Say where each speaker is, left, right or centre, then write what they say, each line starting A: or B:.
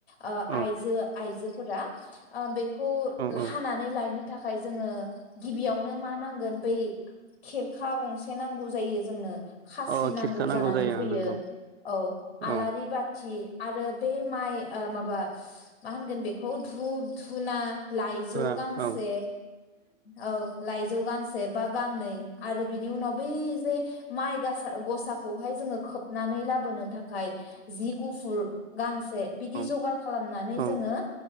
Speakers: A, on the left; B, on the right.
A: आ
B: औ
A: आइजो आइजो फोरा बे खौ
B: औ औ
A: हानानै लायनो थाखाय जोङो गिबियावनो मा नांगोन बै खेरखा गंसे नांगौ जायो जोंनो खासि
B: अ
A: नांगौ
B: खिरखा
A: जानानै
B: जायो
A: फैयो
B: नंगौ
A: औ आलारि
B: औ
A: बाथि आरो बे माइ ओ माबा मा होनगोन बेखौ धुपु धुना लाइजौ
B: थुवा
A: गांसे
B: औ
A: औ लाइजौ गांसे बा गांनै आरो बिनि उनाव बै जे माइ गसा गसाखौहाय जोङो खोबनानै लाबोनो थाखाय जि गुफुर गांसे बिदि
B: औ
A: जगार खालामनानै
B: औ
A: जोङो